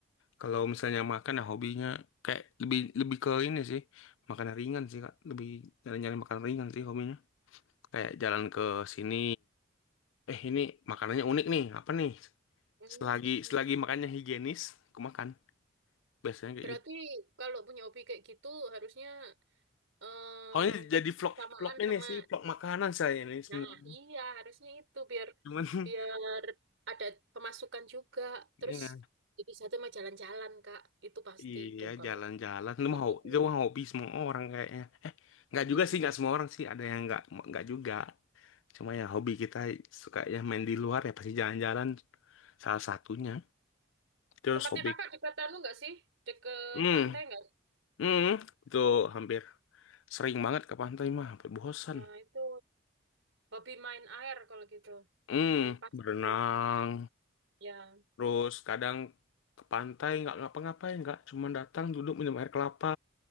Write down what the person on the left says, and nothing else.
kalau misalnya makan ya hobinya kayak lebih lebih ke ini sih makanan ringan sih kak lebih nyari-nyari makanan ringan sih hobinya kayak jalan ke sini eh ini makanannya unik nih apa nih
selagi selagi makannya higienis aku makan biasanya kayak
gitu
Oh, ini jadi vlog
vlog ini
sih vlog makanan saya ini sebenarnya
cuman
<laughs>
ya,
iya
jalan-jalan itu
mau
itu mah hobi semua orang kayaknya eh nggak
juga sih nggak semua orang sih ada yang nggak nggak juga cuma ya hobi kita suka ya main di luar ya pasti jalan-jalan salah satunya terus
hobi
hmm
hmm itu hampir sering banget ke pantai mah hampir bosan
hmm
berenang
terus kadang ke pantai nggak ngapa-ngapain nggak cuman datang duduk minum air kelapa